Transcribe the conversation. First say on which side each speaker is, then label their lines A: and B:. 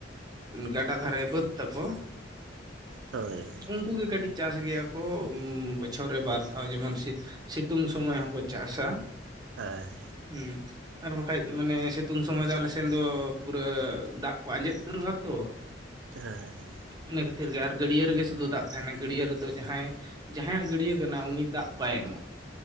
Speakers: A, on the right; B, on the right.
A: ᱜᱟᱰᱟ ᱫᱷᱟᱨᱮ ᱵᱟᱹᱫᱽ ᱛᱟᱠᱚ
B: ᱦᱳᱭ
A: ᱩᱱᱠᱩᱩᱜ ᱜᱮ ᱠᱟᱹᱴᱤᱡ ᱪᱟᱥ ᱜᱮᱭᱟ ᱠᱚ ᱵᱚᱪᱷᱚᱨ ᱨᱮ ᱵᱟᱨ ᱫᱷᱟᱣ ᱡᱮᱢᱚᱱ ᱥᱤᱛᱩᱝ ᱥᱚᱢᱚᱭ ᱦᱚᱸ ᱠᱚ ᱪᱟᱥᱟ᱾
B: ᱦᱮᱸ᱾
A: ᱦᱩᱸ᱾ ᱟᱨ ᱵᱟᱠᱷᱟᱡ ᱢᱟᱱᱮ ᱥᱤᱛᱩᱝ ᱥᱚᱢᱚᱭ ᱫᱚ ᱟ ᱞᱮ ᱥᱮᱱ ᱫᱚ ᱯᱩᱨᱟᱹ ᱫᱟᱜ ᱠᱚ ᱟᱸᱡᱮᱫ ᱩᱛᱟᱹᱨᱚᱜᱼᱟ ᱛᱚ,
B: ᱦᱮᱸ ᱦᱮᱸ᱾
A: ᱤᱱᱟᱹ ᱠᱷᱟᱹᱛᱤᱨ ᱜᱮ ᱟᱨ ᱜᱟᱹᱰᱤᱭᱟ ᱨᱮᱜᱮ ᱥᱩᱫᱩ ᱫᱟᱜ ᱛᱟᱦᱮᱸᱱᱟ ᱜᱟᱹᱰᱤᱭᱟᱹ ᱨᱮᱫᱚ ᱡᱟᱦᱟᱸᱭ, ᱡᱟᱦᱟᱸᱭᱟᱜ ᱜᱟᱹᱰᱤᱭᱟᱹ ᱠᱟᱱᱟ ᱩᱱᱤ ᱫᱟᱜ ᱵᱟᱭ ᱮᱢᱚᱜᱼᱟ᱾